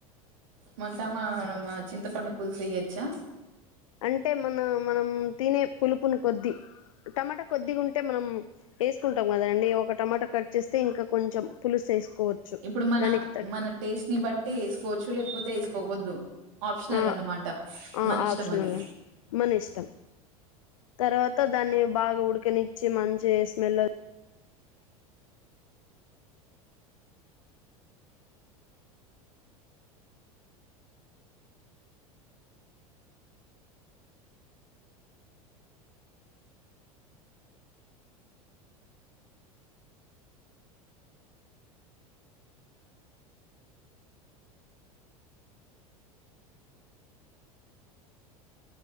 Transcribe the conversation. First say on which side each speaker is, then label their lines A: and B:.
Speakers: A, on the right; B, on the left.
A: మంటమామ చింత పన్నపుల్ చేయచ్చా
B: అంటే మన మనం తినే పులుపుని కొద్దిీ టమాటా కొద్దిీగా ఉంటే మనం వేసుకుంటాం కదండి ఒక టమాటా కట్ చేస్తే ఇంకా కొంచెం పులుసు వేసుకోవచ్చు
A: ఇప్పుడు మన
B: దానికి తగ్గ
A: మన టేస్ట్ ని బట్టి వేసుకోవచ్చు లేకపోతే వేసుకోవద్దు ఆప్షనల్
B: ఆ
A: అన్నమాట
B: ఆ
A: మన ఇష్టం
B: ఆప్షనల్
A: అది
B: అండి మన ఇష్టం తర్వాత దాన్ని బాగా ఉడికనిచ్చి మంచి స్మెల్